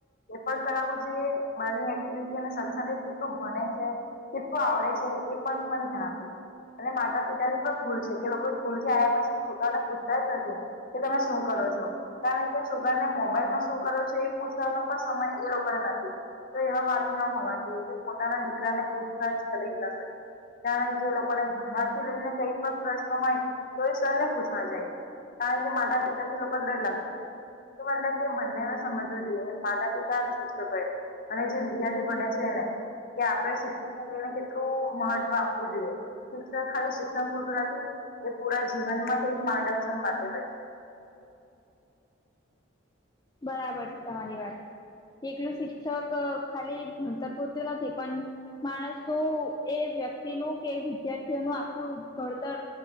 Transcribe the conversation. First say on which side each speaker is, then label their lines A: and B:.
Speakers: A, on the left (about 45°); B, on the left (about 20°).
A: એ પણ કરાવવું જોઈએ. બારની એક્ટિવિટી સાથે સાથે કેટલું ભને છે કેટલું આવડે છે? એ પર પણ ધ્યાન આપવું જોઈએ. અને માતા પિતાની પણ ભૂલ છે. કે એ લોકો સ્કૂલથી આવ્યા પછી છોકરાને પૂછતા જ નથી. કે તમે શું કરો છો? કારણ કે છોકરાને મોબાઈલમાં શું કરો છો? એ પૂછવાનો પણ સમય એ લોકોને નથી. તો એવા વાલી ના હોવા જોઈએ કે પોતાના દીકરાને પૂછતાજ કરી જ ના શકાય. કારણ જો એ લોકોને ભણવાથી લઈને કઈ પણ પ્રશ્નો હોય તો એ સરને પૂછવા જાય. કારણ કે માતા પિતાથી લોકોને ડર લાગતા હોય. તો મતલબ કે બંનેને સમજવું જોઈએ. માતા-પિતા અને શિક્ષકોએ. અને જગ્યાથી ભણે છેને કે આપણે શિક્ષણને લઈને કેટલું મહત્વ આપવું જોઈએ. શિક્ષણ ખાલી શિક્ષણ પૂરતુ નથી. એ પૂરા જીવનમાંથી માર્ગદર્શન માટે હોય. છે
B: બરાબર છે. તમારી વાત. એકલું શિક્ષક ખાલી ભણતર પૂરતુ નથી પન માણસનું એ વ્યક્તિનું કે વિદ્યાર્થીઓનું આખું ઘડતર